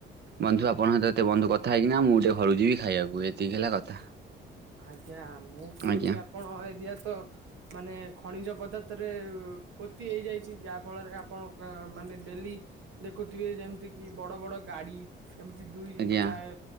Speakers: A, on the right; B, on the right.
A: ବନ୍ଧୁ ଆପଣଙ୍କ ସହିତ ଏତେ ବନ୍ଧୁ କଥା ହେଇକିନା ମୁଁ ଟିକେ ଘରକୁ ଯିବି ଖାଇବାକୁ ଏତିକି ହେଲା କଥା।
B: ଆଜ୍ଞା ମୁଁ କହୁଛି
A: ଆଜ୍ଞା
B: ଆପଣ ଏ ଦିଆ ତ ମାନେ ଖଣିଜ ପଦାର୍ଥରେ ପୋତି ହେଇଯାଇଛି ଯାହା ଫଳରେ ଆପଣ ମା ଡେଲି ଦେଖୁଥିବେ ଯେମିତି କି ବଡ ବଡ ଗାଡି। ଏମିତି ଦୁଇ
A: ଆଜ୍ଞା
B: ଚା